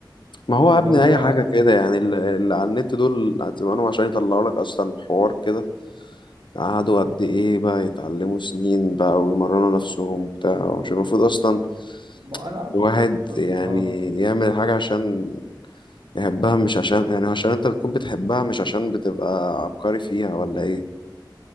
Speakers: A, on the left; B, on the right.
A: ما هو يا
B: اللي
A: ابني
B: هو
A: اي حاجة كده يعني ال- اللي على النت دول زمانهم عشان يطلعوا لك اصلا حوار كده قعدوا قد ايه بقى يتعلموا سنين بقى ويمرنوا نفسهم وبتاع مش المفروض اصلا
B: ما انا
A: الواحد يعني
B: اه
A: يعمل حاجة عشان يحبها مش عشان يعني عشان انت بتكون بتحبها مش عشان بتبقى عبقري فيها ولا ايه